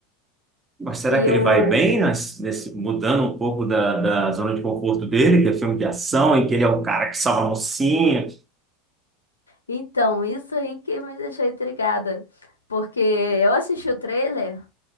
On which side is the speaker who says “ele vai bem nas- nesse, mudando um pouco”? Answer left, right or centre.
Right